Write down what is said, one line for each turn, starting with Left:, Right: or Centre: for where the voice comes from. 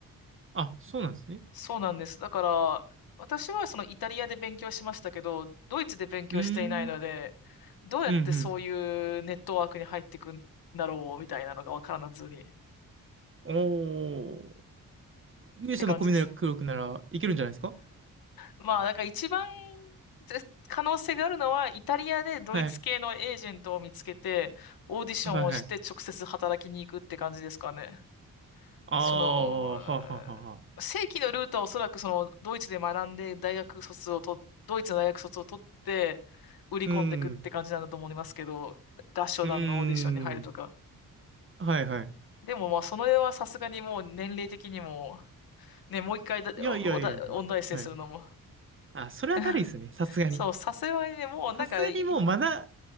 Right: あ、そうなんですね。
Left: そうなんです。だから、私はそのイタリアで勉強しましたけど、ドイツで勉強していないので、
Right: うーん。
Left: どうやってそういうネットワークに入っていくんだろう、
Right: うん
Left: みたいなのがわからずに。っ
Right: うん。おー。勇者のコミュ力ならいけるんじゃないですか
Left: て感じです。まあ、だから一番ぜ可能性があるのは、イタリアでドイツ系のエージェントを見つけて、
Right: はい。
Left: オーディションをして直接働きに行くって感じですかね。
Right: はいはい。ああ、
Left: その、
Right: はあはあはあはあ。
Left: 正規のルートはおそらくそのドイツで学んで大学卒をと、ドイツの大学卒を取って売り込んでいくって感じなんだと思いますけど、
Right: うん。
Left: 合唱団のオーディションに入るとか。
Right: うん。はいはい。
Left: でもまあその絵はさすがにもう年齢的にも、ね、もう一回だ、
Right: いやいやいや。
Left: お、おだ、音大生するのも。
Right: はい。あ、それはだるいですね。
Left: <laughs>
Right: さすがに。
Left: そう、さすがにね、もうなんか、
Right: さすがにもうまだ、
Left: い